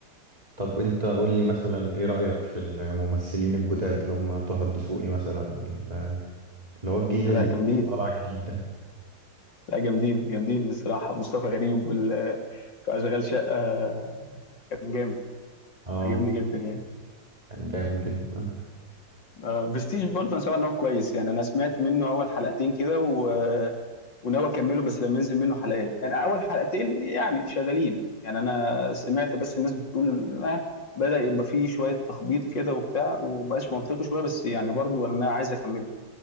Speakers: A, on the right (about 20°); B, on the left (about 80°).
A: طب انت قول لي مثلا ايه رأيك في الممثلين الجداد اللي هم طه الدسوقي مثلا وال- اللي هو الجيل
B: لا
A: اللي
B: جامدين
A: لسه طالع جديد ده
B: لا جامدين جامدين الصراحه مصطفى غريب وال آه، في اشغال شقه آه، كان جامد
A: اه
B: عجبني جدا يعني
A: كان جامد جدا
B: آه برستيج برضه انا سامع ان هو كويس يعني انا سمعت منه اول حلقتين كده و... وناوي اكمله بس لما ينزل منه حلقات انا اول حلقتين يعني شغالين يعني انا سمعت بس الناس بتقول آه بدأ يبقى فيه شوية تخبيط كده وبتاع ومبقاش منطقي شوية بس يعني برضه انا عايز اكمله